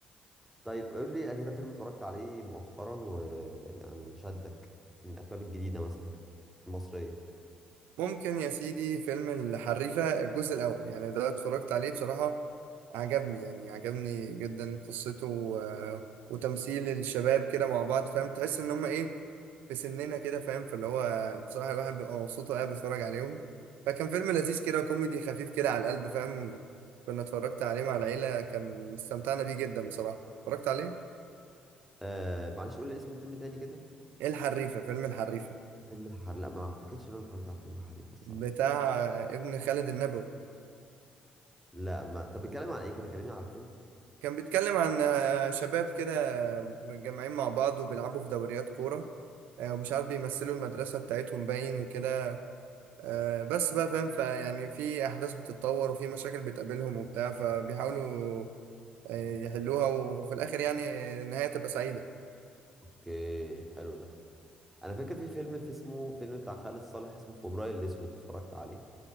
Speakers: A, in the centre; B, on the right.
A: طيب قول لي كده فيلم اتفرجت عليه مؤخرا ويعني شدك من الافلام الجديده مثلا المصريه
B: ممكن يا سيدي فيلم الحريفة الجزء الأول يعني ده اتفرجت عليه بصراحة عجبني يعني عجبني جدا قصته و... وتمثيل الشباب كده مع بعض فاهم تحس ان هم ايه في سننا كده فاهم فاللي هو بصراحة الواحد بيبقى مبسوط وهو قاعد بيتفرج عليهم فكان فيلم لذيذ كده كوميدي خفيف كده على القلب فاهم كنا اتفرجت عليه مع العيلة كان استمتعنا بيه جدا بصراحة اتفرجت عليه
A: آه معلش قول لي اسم الفيلم تاني كده
B: ايه الحريفة فيلم الحريفة
A: فيلم الحريق لا ما اعتقدش ان انا اتفرجت على فيلم الحريق الصراحه
B: بتاع ابن خالد النبوي
A: لا ما طب بيتكلم عن ايه كده كلمني على الفيلم
B: كان بيتكلم عن آه، شباب كده متجمعين مع بعض وبيلعبوا في دوريات كورة آه، ومش عارف بيمثلوا المدرسة بتاعتهم باين وكده آه، بس بقى فاهم فيعني في احداث بتتطور وفي مشاكل بتقابلهم وبتاع فبيحاولوا آه، يحلوها وفي الاخر يعني النهايه تبقى سعيده
A: اوكي حلو ده انا فاكر في فيلم في اسمه فيلم بتاع خالد صالح اسمه فبراير الاسود اتفرجت عليه